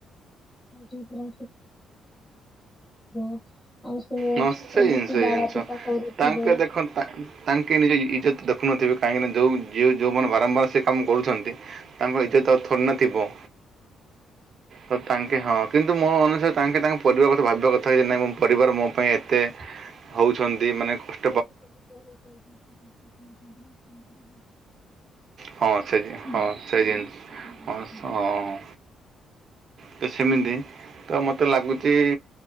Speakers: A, on the left (about 15°); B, on the right (about 55°).
A: ଯିବ ଆଉ ସିଏ ଏମିତି
B: ନିଶ୍ଚୟ ଜିନିଷ
A: ବାଡା
B: ଜିନିଷ
A: ପିଟା କରୁଥିବ।
B: ତାଙ୍କେ ଦେଖ ତା ତାଙ୍କେ ନିଜ ଇ ଇଜ୍ଜତ ଦେଖୁ‌ନଥିବେ କାହିଁକି ନା ଯୋଉ ଯିଏ ଯୋଉ ମାନେ ବାରମ୍ବାର ସେ କାମ କରୁଛନ୍ତି। ତାଙ୍କ ଇଜ୍ଜତ ଆଉ ଥୋଡିନା ଥିବ। ତ ତାଙ୍କେ ହଁ କିନ୍ତୁ ମୋ ଅନୁସାରେ ତାଙ୍କେ ତାଙ୍କ ପରିବାର କ ଥା ଭାବିବା କଥା କି ନାଇଁ ମୋ ପରିବାର ମୋ ପାଇଁ ଏତେ ହଉଛନ୍ତି ମାନେ କଷ୍
A: <unintelligible>
B: ହଁ ସେ ଜି
A: କହୁଛନ୍ତି।
B: ହଁ ସେଜିନ୍ ହଁ ସ ହଁ। ତ ସେମିତି ତ ମତେ ଲାଗୁଚି।